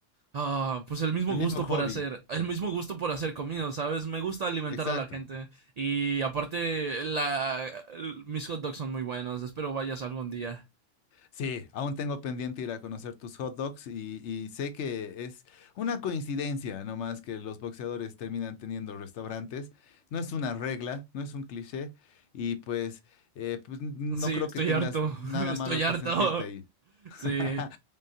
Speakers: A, on the right; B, on the left.
A: Ah, pues el mismo
B: El mismo
A: gusto
B: hobby,
A: por hacer, el mismo gusto por hacer comida, ¿sabes? Me gusta alimentar
B: exacto.
A: a la gente y aparte la, el- mis hot dogs son muy buenos, espero vayas algún día.
B: Sí, aún tengo pendiente ir a conocer tus hot dogs y, y sé que es una coincidencia nomás que los boxeadores terminan teniendo restaurantes. No es una regla, no es un cliché y pues, eh, pues no
A: Sí,
B: creo
A: estoy
B: que tengas
A: harto,
B: nada
A: <laughs> estoy
B: malo
A: harto.
B: que sentirte ahí. <laughs>
A: Sí,